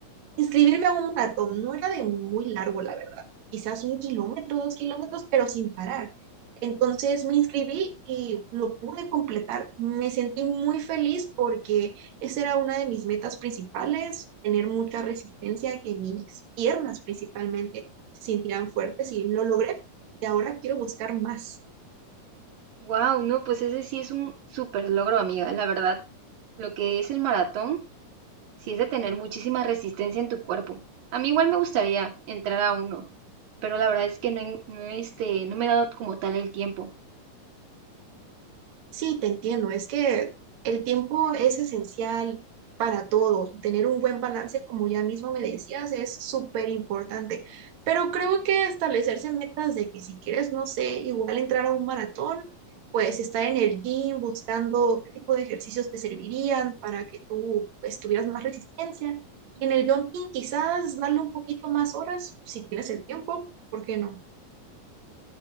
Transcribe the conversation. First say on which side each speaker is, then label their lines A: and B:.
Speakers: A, on the right (about 60°); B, on the right (about 85°).
A: inscribirme a un maratón. No era de muy largo, la verdad, quizás un kilómetro, dos kilómetros, pero sin parar. Entonces me inscribí y lo pude completar. Me sentí muy feliz porque esa era una de mis metas principales, tener mucha resistencia, que mis piernas principalmente se sintieran fuertes y lo logré y ahora quiero buscar más.
B: Wow, no, pues ese sí es un súper logro, amiga, la verdad. Lo que es el maratón, sí es de tener muchísima resistencia en tu cuerpo. A mí igual me gustaría entrar a uno, pero la verdad es que no, he- no, este, no me he dado como tal el tiempo.
A: Sí, te entiendo, es que el tiempo es esencial para todo. Tener un buen balance, como ya mismo me decías, es súper importante. Pero creo que establecerse metas de que si quieres, no sé, igual entrar a un maratón, pues estar en el gym buscando qué tipo de ejercicios te servirían para que tú pues, tuvieras más resistencia. Y en el jumping quizás darle un poquito más horas, si tienes el tiempo, ¿por qué no?